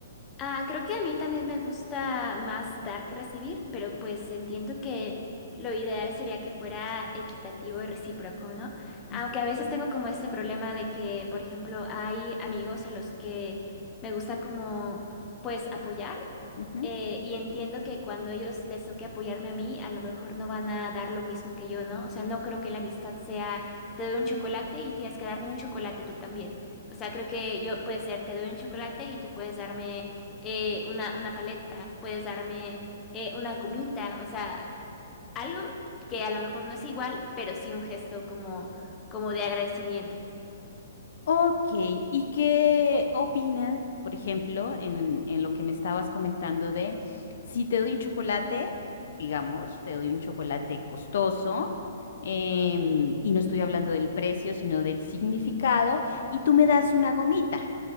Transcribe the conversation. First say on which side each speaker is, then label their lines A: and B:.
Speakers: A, on the left; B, on the left.
A: Ah, creo que a mí también me gusta más dar que recibir, pero pues entiendo que lo ideal sería que fuera equitativo y recíproco, ¿no? Aunque
B: Ujú.
A: a veces tengo como ese problema de que, por ejemplo, hay amigos a los que me gusta como pues apoyar.
B: Ujú.
A: Eh, y entiendo que cuando ellos les toque apoyarme a mí, a lo mejor no van a dar lo mismo que yo, ¿no? O sea, no creo que la amistad sea, te doy un chocolate y tienes que darme un chocolate tú también. O sea, creo que yo puede ser, te doy un chocolate y tú puedes darme eh, una, una paleta, puedes darme eh, una gomita, o sea, algo que a lo mejor no es igual, pero sí un gesto como, como de agradecimiento.
B: Ok, ¿y qué opinas, por ejemplo, en, en lo que me estabas comentando de si te doy un chocolate, digamos, te doy un chocolate costoso? em, y no estoy hablando del precio, sino del significado, y tú me das una gomita.